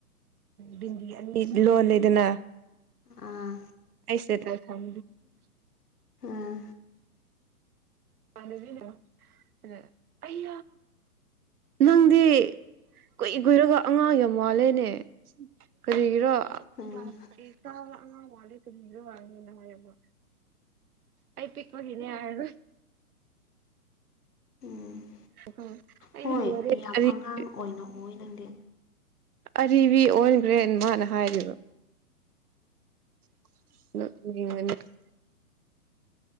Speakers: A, on the right (about 75°); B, on the left (about 80°).
A: ꯕꯤꯟꯗꯤ ꯑꯅꯤ ꯂꯣꯜꯂꯤꯗꯅ꯫
B: ꯑꯥ
A: ꯑꯁꯦ ꯇ ꯊꯝ
B: ꯑꯥ
A: ꯄꯥꯟꯅꯕꯤꯅꯣ ꯑꯗ ꯑꯩ ꯅꯪꯗꯤ ꯀꯨꯏ ꯀꯨꯏꯔꯒ ꯑꯉꯥꯡ ꯌꯥꯝ ꯋꯥꯠꯂꯦꯅꯦ ꯀꯔꯤꯒꯤꯔꯣ
B: ꯎꯝ
A: ꯀ꯭ꯂ ꯁꯨ ꯋꯥꯡꯉꯦꯅ ꯍꯥꯏꯌꯦꯕꯣ ꯑꯩ ꯄꯤꯛꯄꯒꯤꯅꯦ ꯍꯥꯏꯔ
B: ꯎꯝ
A: <unintelligible>
B: ꯍꯣꯏ ꯌꯥꯝ
A: ꯑꯔꯤꯕꯤ
B: ꯑꯉꯥꯡ ꯑꯣꯏꯅ ꯑꯣꯏ ꯅꯪꯗꯦ
A: ꯑꯔꯤꯕꯔꯤꯕꯤ ꯑꯣꯟꯈ꯭ꯔꯦꯅ ꯃꯥꯅ ꯍꯥꯏꯔꯤꯕ <unintelligible>